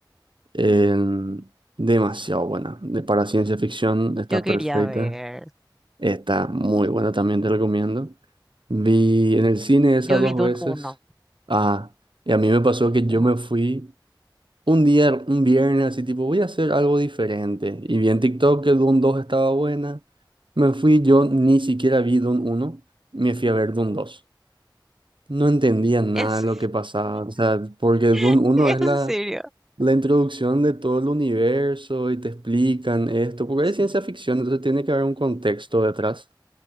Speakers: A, on the right (about 85°); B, in the centre.
A: En- demasiado buena. De- para ciencia ficción está
B: Yo quería
A: perfecta.
B: ver,
A: Está muy buena también, te recomiendo. Vi en el cine esa
B: yo
A: dos
B: vi Dune
A: veces.
B: uno
A: Ah, y a mí me pasó que yo
B: Wow.
A: me fui. Un día, un viernes, así tipo, voy a hacer algo diferente. Y vi en TikTok que Doom 2 estaba buena. Me fui, yo ni siquiera vi Doom 1, me fui a ver Doom 2. No entendía nada
B: Es,
A: de lo que pasaba, o sea, porque
B: <laughs>
A: Doom 1 es la,
B: en serio.
A: la introducción de todo el universo y te explican esto, porque
B: Sí.
A: es ciencia ficción, entonces tiene que haber un contexto detrás.